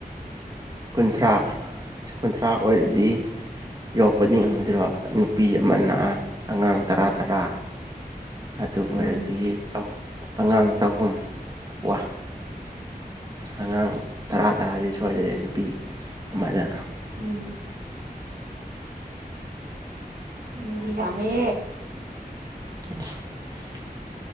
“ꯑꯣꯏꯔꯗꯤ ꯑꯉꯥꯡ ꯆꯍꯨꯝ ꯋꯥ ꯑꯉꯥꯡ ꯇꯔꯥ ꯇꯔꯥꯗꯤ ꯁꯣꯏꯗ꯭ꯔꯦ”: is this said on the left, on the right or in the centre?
Right